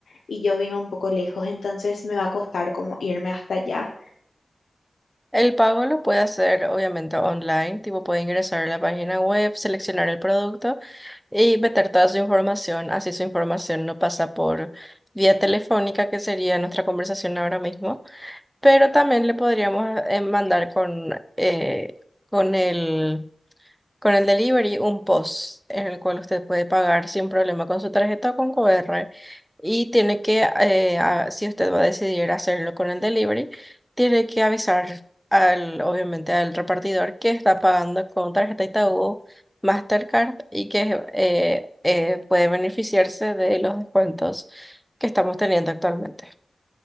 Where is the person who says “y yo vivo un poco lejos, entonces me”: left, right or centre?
Left